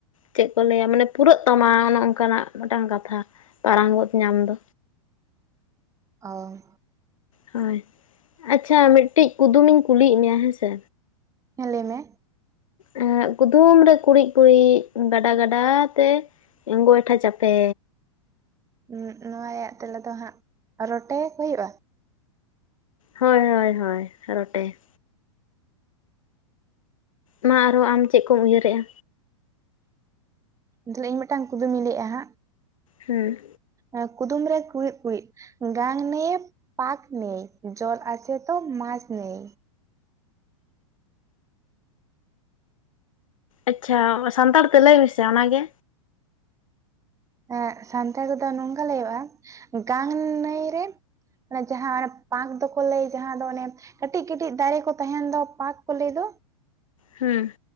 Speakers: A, on the left; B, on the right.
A: ᱪᱮᱫ ᱠᱚ ᱞᱟᱹᱭᱟ ᱢᱟᱱᱮ ᱯᱩᱨᱟᱹᱜ ᱛᱟᱢᱟ ᱚᱱᱮ ᱚᱱᱠᱟᱱᱟᱜ ᱢᱤᱫᱴᱟᱝ ᱠᱟᱛᱷᱟ ᱯᱟᱨᱟᱝᱜᱚᱫ ᱧᱟᱢ ᱫᱚ
B: ᱚ
A: ᱦᱳᱭ ᱟᱪᱪᱷᱟ ᱢᱤᱫᱴᱤᱡ ᱠᱩᱫᱩᱢᱤᱧ ᱠᱩᱞᱤᱭᱮᱫ ᱢᱮᱭᱟ ᱦᱮᱸᱥᱮ
B: ᱦᱮᱸ ᱞᱟᱹᱭ ᱢᱮ
A: ᱮᱸᱜ ᱠᱩᱫᱩᱢ ᱨᱮ ᱠᱩᱲᱤᱫ ᱠᱩᱲᱤᱫ ᱜᱟᱰᱟ ᱜᱟᱰᱟ ᱛᱮ ᱮ ᱜᱚᱭᱴᱷᱟ ᱪᱟᱯᱮ
B: ᱩᱸᱜ ᱱᱚᱣᱟ ᱨᱮᱭᱟᱜ ᱛᱮᱞᱟ ᱫᱚ ᱦᱟᱸᱜ ᱨᱚᱴᱮ ᱠᱚ ᱦᱩᱭᱩᱜ-ᱟ
A: ᱦᱳᱭ ᱦᱳᱭ ᱦᱳᱭ ᱨᱚᱴᱮ ᱢᱟ ᱟᱨᱚᱸ ᱟᱢ ᱪᱮᱫ ᱠᱚᱢ ᱩᱭᱦᱟᱹᱨᱮᱜ-ᱟ
B: ᱤᱧ ᱢᱤᱫᱴᱟᱝ ᱠᱩᱫᱩᱢᱤᱧ ᱞᱟᱹᱭᱮᱜ-ᱟ ᱦᱟᱸᱜ
A: ᱦᱩᱸ
B: ᱚ ᱠᱩᱫᱩᱢ ᱨᱮ ᱠᱩᱲᱤᱫ ᱠᱩᱲᱤᱫ ᱜᱟᱱ ᱱᱮᱭ ᱯᱟᱠ ᱱᱮᱭ ᱡᱚᱞ ᱟᱪᱷᱮ ᱛᱚ ᱢᱟᱡ ᱱᱮᱭ
A: ᱟᱪᱪᱷᱟ ᱥᱟᱱᱛᱟᱲ ᱛᱮ ᱞᱟᱹᱭ ᱢᱮᱥᱮ ᱚᱱᱟᱜ ᱜᱮ
B: ᱮ ᱥᱟᱱᱛᱟᱲ ᱛᱮᱫᱚ ᱱᱚᱝᱠᱟ ᱞᱟᱹᱭᱟᱹᱜ-ᱟ ᱜᱟᱱ ᱱᱟᱹᱭ ᱨᱮ ᱚᱱᱮ ᱡᱟᱦᱟᱸ ᱚᱱᱮ ᱯᱟᱸᱠ ᱫᱚᱠᱚ ᱞᱟᱹᱭ ᱡᱟᱦᱟᱸ ᱫᱚ ᱚᱱᱮ ᱠᱟᱹᱴᱤᱡ ᱠᱟᱹᱴᱤᱡ ᱫᱟᱨᱮ ᱠᱚ ᱛᱟᱦᱮᱱ ᱫᱚ ᱯᱟᱠ ᱠᱚ ᱞᱟᱹᱭ ᱫᱚ
A: ᱦᱩᱸ